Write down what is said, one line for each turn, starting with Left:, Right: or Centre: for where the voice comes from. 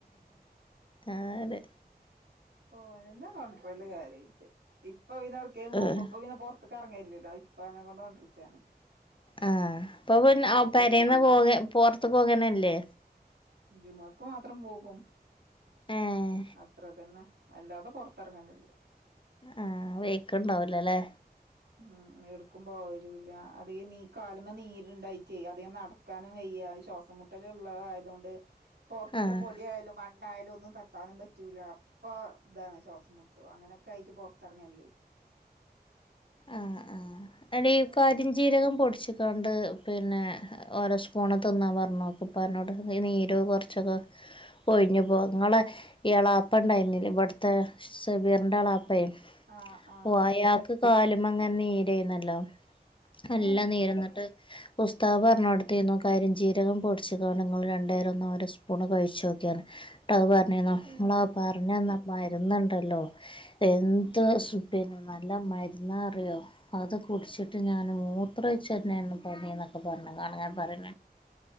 Left: ആ അതെ
Right: ഓനന്നെ കോണ്ട്രല് കാര്യായിട്ട് ഇപ്പ പിന്നെ എവ്ട്ക്കെലും പോമ്പോ
Left: ഏഹ്
Right: ഇപ്പ പിന്നെ പൊ ഇപ്പ കറങ്ങലില്ലല്ലോ ഇപ്പനെകൊണ്ട് കൊണ്ട്രീച്ചാണ്.
Left: ആ ഇപ്പ പിന്നെ പേരെന്ന്
Right: പോവുള്ളൂ
Left: പോക പോറത്ത് പോകന്നെല്ലേ
Right: ജുമാക്ക് മാത്രം പോകും
Left: ഏഹ്
Right: അത്ര തന്നെ അല്ലതെ പൊറത്തെറങ്ങലില്ല
Left: ആഹ് വയ്ക്ക്‌ണ്ടാവ് ലലെ
Right: ഉം എട്ക്കും പോവലൂല്ല അത് നീ കാലിമ്മേ നീര്ണ്ടായിട്ടേ അധികം നട ക്കാനും വയ്യ ശ്വാസംമുട്ടല് ള്ളത് ആയതോണ്ട്. പൊറത്ത്ത്തെ
Left: ആഹ്
Right: പൊടിയാലും മണ്ണായാലും ഒന്നും തട്ടാനും പറ്റൂല. പ്പ ദാണ് ശ്വാസം മുട്ടും അങ്ങനെഒക്കായിട്ട് പൊറത്തെറങ്ങല്ലേ
Left: ആഹ് ആഹ് എടി കരിഞ്ചീരകം പൊടിച്ച്ക്കാണ്ട് പിന്നെ ഓരോ സ്പൂണ് തിന്നാൻ പറഞ്ഞു നോക്ക്‌ ഉപ്പനോട്‌ ഈ നീര് കൊറച്ചൊക്കെ പോയ്ഞ്ഞുപോ ങ്ങളെ ളാപ്പ ണ്ടായിന്നില്ലേ ഇവ്ടെ ത്തെ സബീറിന്റെ എളാപ്പയെ
Right: ആഹ് ആഹ് ആഹ്
Left: ഓ അയാക്ക് കാലുമങ്ങനെ നീരേന്നല്ലോ നല്ലാം
Right: ഏഹ്
Left: നീരന്നിട്ട് ഉസ്താദ് പറ്ഞ്ഞൊട്ത്തീന്നു കരിഞ്ചീരകം പൊടിച്ച്കാണ്ട് ഇങ്ങള് രണ്ടേരം ഒന്ന് ഓരോ സ്പൂണ് കഴിച്ചോക്യോന്ന് ട്ട അത് പർണീന്നു
Right: ഏഹ്
Left: അള്ളാ പർഞ്ഞന്നാ മര്ന്ന്ണ്ടല്ലോ എന്ത്
Right: ആഹ്
Left: സു പിന്നെ നല്ല മര്ന്നാറിയോ അത് കുടിച്ചിട്ട് ഞാൻ മൂത്രച്ചെന്നെയാണ് പണി ന്നൊക്കെ പറഞ്ഞ്കാണ്ട് ഞാൻ പറയ